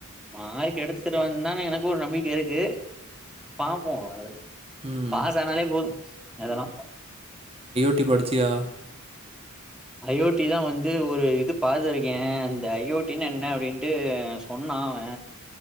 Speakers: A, in the centre; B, on the right.
A: மார்க் எடுத் சிருவா தான எனக்கு ஒரு நம்பிக்க இருக்கு பாப்போ அத்
B: ம்
A: பாஸ் ஆனாலே போது அதெல்லா
B: ட்டி படிச்சியா
A: அயோட்டிதா வந்து ஒரு இது பாத்துருக்கே அந்த அயோட்டின் என்ன அப்டின்ட்டு சொன்னா அவ